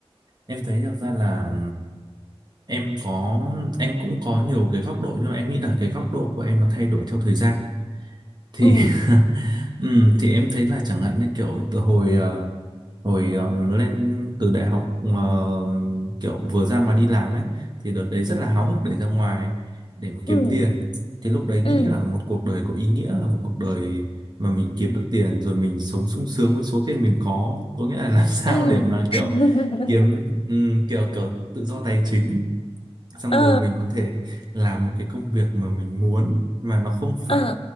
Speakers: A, on the right (about 45°); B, on the left (about 65°).
A: em thấy được ra là em có em cũng có nhiều cái góc độ nhưng mà em nghĩ là cái góc độ của em nó thay đổi theo thời gian thì
B: ừ
A: <laughs> ừm, thì em thấy là chẳng hạn như kiểu từ hồi ờ, hồi ờm, lên từ đại học ờ, kiểu vừa ra ngoài đi làm ấy thì đợt đấy rất là háo hức để ra ngoài để mà kiếm
B: ừ
A: tiền thì lúc đấy nghĩ
B: ừ
A: là một cuộc đời có ý nghĩa là một cuộc đời mà mình kiếm được tiền rồi mình sống sung sướng với số tiền mình có có nghĩa là <laughs> làm sao
B: ừ
A: để mà
B: <laughs>
A: kiểu kiếm ừm, kiểu kiểu tự do tài chính xong
B: ờ
A: rồi mình có thể làm một cái công việc mà mình muốn mà nó không phải
B: ờ